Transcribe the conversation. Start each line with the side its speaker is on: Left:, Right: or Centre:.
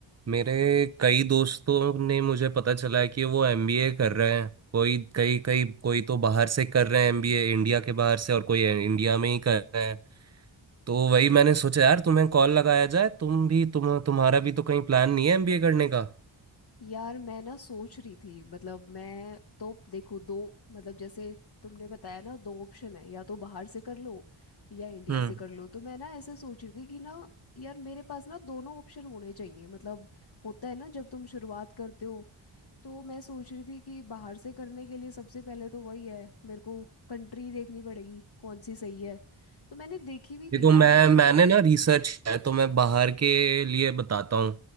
Right: मेरे कई दोस्तों ने मुझे पता चला है कि वो एमबीए कर रहे हैं कोई कई कई कोई तो बाहर से कर रहे हैं एमबीए इंडिया के बाहर से और कोई इंडिया में ही कर रहे हैं तो वही मैंने सोचा यार तुम्हें कॉल लगाया जाए तुम भी तुम तुम्हारा भी तो कहीं प्लान नहीं है एमबीए करने का
Left: यार मैं ना सोच रही थी मतलब मैं तो देखो दो मतलब जैसे तुमने बताया ना दो ऑप्शन है या तो बाहर से कर लो या इंडिया
Right: हम्म
Left: से कर लो तो मैं ना ऐसे सोच रही थी कि ना यार मेरे पास ना दोनों ऑप्शन होने चाहिए मतलब होता है ना जब तुम शुरुआत करते हो तो मैं सोच रही थी कि बाहर से करने के लिए सबसे पहले तो वही है मेरे को कंट्री देखनी पड़ेगी कौन सी सही है तो मैंने देखी भी
Right: देखो
Left: थी यार
Right: मैं मैंने ना रिसर्च किया है तो मैं बाहर के लिए बताता हूँ